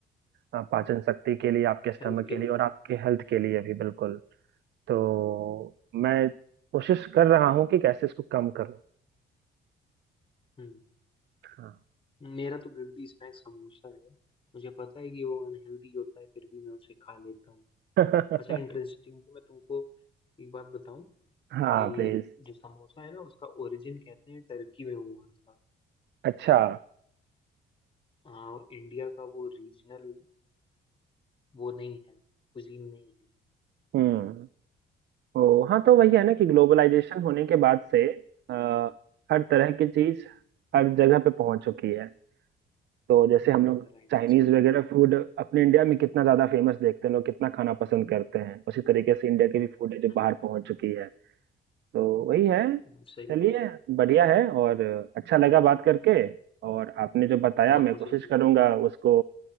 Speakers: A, on the right; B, on the left.
A: हाँ, पाचन शक्ति के लिए आपके स्टमक
B: हेल्थ के
A: के
B: लिए
A: लिए और आपके हेल्थ के लिए भी बिल्कुल तो मैं कोशिश कर रहा हूँ कि कैसे इसको कम करूँ
B: हम्म
A: हाँ
B: मेरा तो गिल्टी स्नैक समोसा है मुझे पता है कि वो अनहेल्दी होता है फिर भी मैं उसे खा लेता हूँ
A: <laughs>
B: अच्छा इंटरेस्टिंग मैं तुमको एक बात बताऊं
A: हाँ
B: कि
A: प्लीज
B: जो समोसा है ना उसका ओरिजिन कहते हैं टर्की में हुआ था
A: अच्छा
B: हाँ इंडिया का वो रीजनल वो नहीं है कुजीन नहीं है
A: हम्म ओ हाँ तो वही है ना कि ग्लोबलाइजेशन होने के बाद से अ, हर तरह की चीज हर जगह पे पहुंच चुकी है तो जैसे
B: हाँ
A: हम लोग
B: राइट
A: चाइनीज
B: सही
A: वगैरह
B: कह रहे
A: फूड अपने इंडिया में कितना ज्यादा फेमस देखते हैं लोग कितना खाना पसंद करते हैं उसी तरीके से इंडिया
B: हैं
A: की भी फूड है जो
B: हम्म,
A: बाहर पहुंच चुकी है तो वही है
B: हम्म, सही
A: चलिए
B: बात
A: बढ़िया है और अच्छा लगा बात करके और आपने जो बताया
B: हाँ
A: मैं
B: मुझे
A: कोशिश
B: भी
A: करूंगा उसको